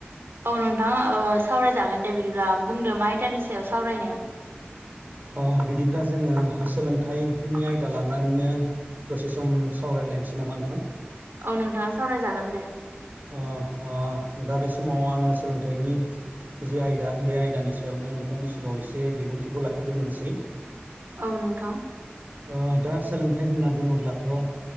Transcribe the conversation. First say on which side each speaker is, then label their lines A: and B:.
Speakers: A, on the right; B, on the right.
A: औ नोंथाङा ओ सावरायजागोन दे बिदिब्ला बुंदो मा आयदानि सायाव सावरायनो।
B: अह बिदिब्ला जोङो सोलोंथाइनि आयदा लानानैनो दसे सम सावरायलायनोसै नामा नोंथां?
A: औ नोंथां सावरायजागोन दे।
B: ओह दा बे समाव आंनो सोलोंथाइनि जि आयदा बे आयदानि सायावनो नोंथांनि सिगाङाव एसे बिबुंथिखौ लाखिग्रोनोसै।
A: औ नोंथां।
B: ओ दा सोलोंथाइ होनना बुङोब्लाथ' ओ